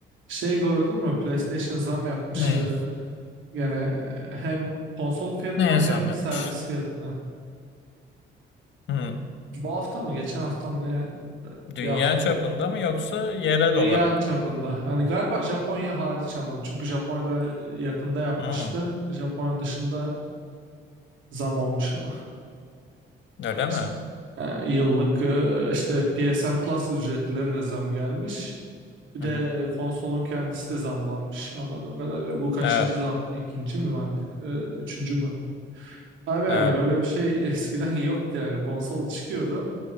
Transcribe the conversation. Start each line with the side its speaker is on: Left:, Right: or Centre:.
Right: Şey gördün mü? PlayStation zam yapmış
Left: Neye?
Right: e, gene e, hem konsol fiyatına
Left: Neye zam
Right: hem
Left: yapmış?
Right: servis fiyatına.
Left: Hı.
Right: Bu hafta mı? Geçen hafta mı? Ne?
Left: Dünya
Right: Bir hafta
Left: çapında
Right: oldu.
Left: mı yoksa yerel olarak
Right: Dünya çapında.
Left: mı?
Right: Hani galiba Japonya hariç ama. Çünkü Japonya'da e, yakında yapmıştı.
Left: Hı.
Right: Japonya dışında zam olmuş ama.
Left: Öyle mi?
Right: İşte, e, yıllık e, işte PSN Plus ücretleri de zam gelmiş. Bir
Left: Hı
Right: de
Left: hı.
Right: e, konsolun kendisi de zamlanmış anladığım kadarıyla. Bu kaçıncı
Left: Evet.
Right: zam mı? İkinci mi artık? E, Üçüncü mü? Abi yani
Left: Evet.
Right: böyle bir şey <laughs> eskiden yoktu yani konsol çıkıyordu